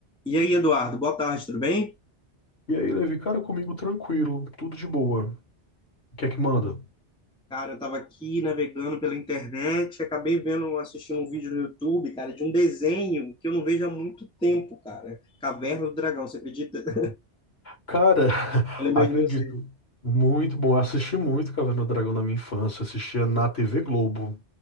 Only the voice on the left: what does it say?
E aí, Levi, cara, comigo tranquilo, tudo de boa. O que é que manda?
Cara, <laughs>
acredito.
Muito bom. Eu assisti muito Caverna do Dragão na minha infância. Eu assistia na TV Globo,